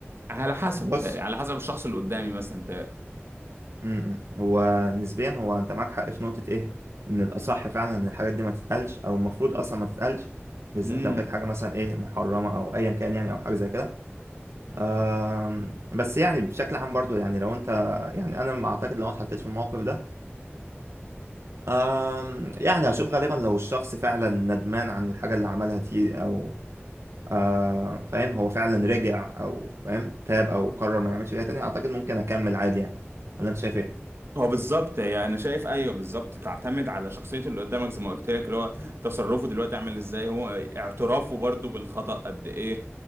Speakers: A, on the right (about 65°); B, on the right (about 85°).
A: على حسب
B: بص
A: بتهيألي، على حسب الشخص اللي قدامي مثلا
B: امم هو نسبيا هو انت معاك حق في نقطة ايه ان الاصح فعلا ان الحاجات دي ما تتقالش او المفروض اصلا ما تتقالش بالذات
A: امم
B: لو كانت حاجة مثلا ايه محرمة او ايا كان يعني او حاجة زي كده آم، بس يعني بشكل عام برضو يعني لو انت يعني انا اعتقد لو اتحطيت في الموقف ده آم، يعني هشوف غالبا لو الشخص فعلا ندمان عن الحاجة اللي عملها دي او آه فاهم هو فعلا رجع او فاهم تاب او قرر ما يعملش كده تاني اعتقد ممكن اكمل عادي يعني ولا انت شايف ايه؟
A: هو بالظبط يعني انا شايف ايوه بالظبط تعتمد على شخصيه اللي قدامك زي ما قلت لك اللي هو تصرفه دلوقتي عامل ازاي هو اعترافه برضو بالخطأ قد ايه